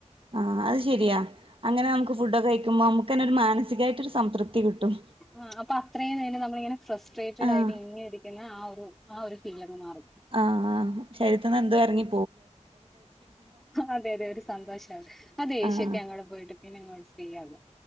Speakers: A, on the right; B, in the centre.
A: ആ അത് ശരിയാ അങ്ങനെ നമുക്ക് ഫുഡക്കെ കഴിക്കുമ്പോ നമുക്കന്നെരു മാനസികായിട്ടൊരു സംതൃപ്തി കിട്ടും
B: ആ അപ്പൊ അത്രയും നേരം നമ്മളി ഇങ്ങനെ ഫ്രസ്ട്രേറ്റഡ
A: ആഹ്
B: ആയിട്ട് ഇങ്ങനെ ഇരിക്കുന്ന ആ ഒരു ആ ഒരു പിന്നങ്ങ് മാറും
A: ആഹ് ആ ശരീര്ത്ത്ന്ന് എന്തോ ഇറങ്ങി.
B: അതെ അതെ ഒരു സന്തോഷാണ് ആ ദേഷ്യക്കെ
A: ആഹ്
B: അങ്ങോട്ട് പോയിട്ട് പിന്നെങ്ങോട്ട് ഫ്രീ ആകും